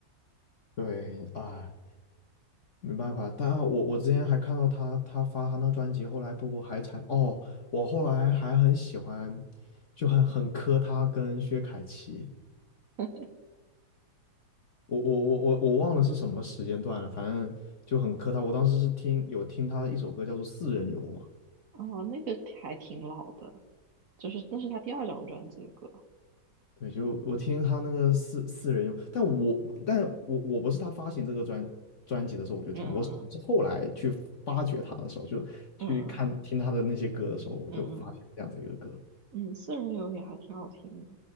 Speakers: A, on the left; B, on the right.
A: 对，哎。没办法，但我我之前还看到他，他发他那专辑，后来不不还才哦，我后来还很喜欢，就很很磕他跟薛凯琪，
B: <laughs>
A: 我我我我我忘了是什么时间段了，反正就很磕他。我当时是听有听他一首歌叫做《四人游》嘛，
B: 哦，那个还挺老的，就是那是他第二张专辑的歌。
A: 对，就我听他那个四四人游，但我但我我不是他发行这个专专辑的时候我就听了，
B: 嗯嗯
A: 我是是后来去发掘他的时候，就去看听他的那些歌的时候，
B: 嗯
A: 我就发现这样子一个歌。
B: 嗯嗯嗯，私人游也还挺好听的。